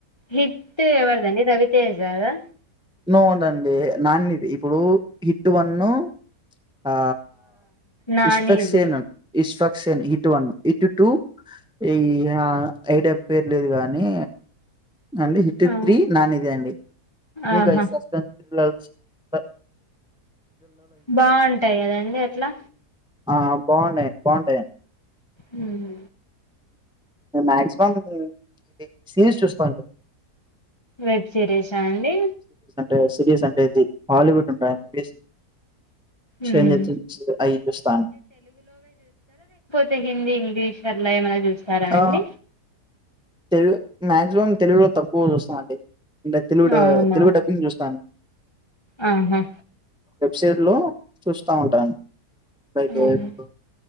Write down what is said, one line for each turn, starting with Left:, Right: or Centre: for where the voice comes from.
Left: హిట్ ఎవర్దండి రవితేజ దా
Centre: నో నండి నానీ ది ఇప్పుడు హిట్ వన్ను ఆ
Left: నానిది
Centre: ఇష్ఫక్స్ సేనన్ ఇశ్వక్ సన్ ఇటు వన్ ఇటు టూ ఈ ఐడియా పేర్లేదు గానీ అండి హట్
Left: ఆ
Centre: త్రీ నాని దే అండి మీ
Left: ఆహా
Centre: కయి సస్పెన్ ఈ ర్రాజ్ ప
Left: బాగుంటాయి కదాండి అట్లా
Centre: ఆ బాగున్నాయండి బావుంటాయండి
Left: మ్మ్
Centre: మాక్సిమం ఇ సీన్స్ చూస్తాండి
Left: వెబ్ సిరీసా అండి
Centre: ఆ సీరీస్ అంటే ది హాలీవుడ్ ఉండా ఇంగ్లీషు <unintelligible>
Left: ఉమ్
Centre: అయి చూస్తాను
Left: తే హిందీ ఇంగ్లిష్ అట్లా ఏమన్నా చూ స్తారా అండి
Centre: ఆ తెలుగు మాక్సిమం తెలుగులో తక్కువ చూస్తామండి ఇంకా తెలుగు
Left: అవునా
Centre: తెలుగు డబ్బింగ్ చూస్తాను
Left: ఆహా
Centre: సైడ్ లో చూస్తా ఉంటాను పైగా
Left: ఉమ్
Centre: ఇప్పుడు